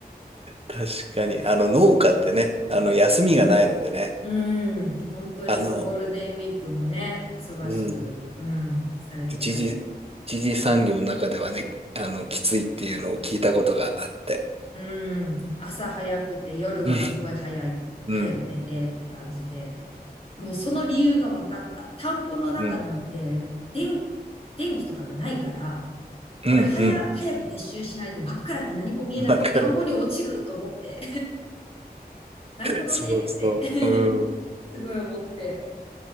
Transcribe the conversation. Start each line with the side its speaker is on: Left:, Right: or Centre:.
Right: 確かに。あの、農家ってね、あの、休みがないのでね、
Left: うん、本当にそう、
Right: あの、
Left: ゴールデンウィークもね、忙しく、
Right: うん、
Left: うん、されてたし。
Right: 一時、一時産業の中ではね、あの、きついっていうのを聞いたことがあって。
Left: うん、朝早くて夜はすごい早い、
Right: うん、うん、
Left: 早く寝てって感じで、もうその理由が分かった。田んぼの中なんて、
Right: うん、
Left: 電、電気とかがないから、
Right: うん、
Left: これ早、
Right: うん
Left: 早く撤収しないと真っ暗で何も見えなくて田んぼに落ちると思って。
Right: わかる。
Left: <laughs> なるほどねって
Right: そうそう。
Left: <laughs>
Right: うん
Left: すごい思って。